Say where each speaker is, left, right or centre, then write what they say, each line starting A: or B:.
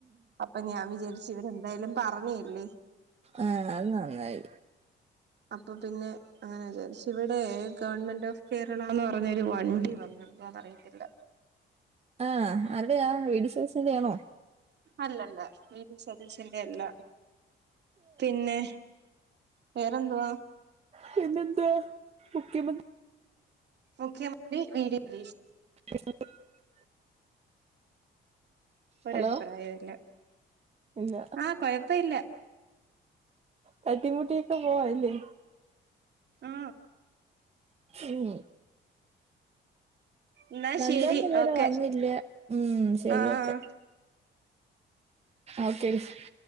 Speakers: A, on the right; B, on the right.
A: അപ്പൊ ഞാൻ വിചാരിച്ച് ഇവരെന്തായാലും പറഞ്ഞല്ലേ
B: ആഹ് അത് നന്നായി
A: അപ്പൊ പിന്നെ അങ്ങനെ വിചാരിച്ച് ഇവിടെ ഗവൺമെന്റ് ഓഫ് കേരള എന്ന് പറഞ്ഞ ഒരു വണ്ടി വന്ന് എന്തോവന്നറിയത്തില്ല
B: ആഹ് ആരുടെയാ വേഡി സോസിന്റെയന്നോ
A: അല്ലല്ല വി ഡി സതീഷന്റെറ അല്ല പിന്നെ വേറെന്തുവ
B: പിന്നെന്താ മുഖ്യമ
A: മുഖ്യമന്ത്രി വി ഡി തീഷൻ
B: <inaudible>
A: ഒരഭിപ്രായവും
B: ഹലോ
A: ഇല്ല
B: ഇല്ല
A: ആ കൊഴപ്പ ഇല്ല
B: തട്ടി മുട്ടി ക്ക പോക അല്ലേ
A: ആ
B: ഉം
A: എന്നാ
B: നന്ദു
A: ശരി
B: അണ്ണൻ ഇതുവരെ
A: ഓക്കെ
B: വന്നില്ലേ ഉം ശരിയോക്കെ
A: ആ ആ
B: ഓക്കെ ടി